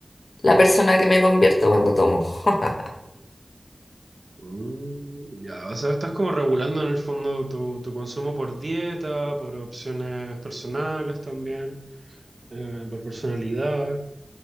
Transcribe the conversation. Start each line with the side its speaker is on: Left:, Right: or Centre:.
Left: la persona que me convierto cuando tomo. <laughs>
Right: Mm, ya, o sea, estás como regulando en el fondo tu, tu consumo por dieta, por opciones personales también, eh, por personalidad,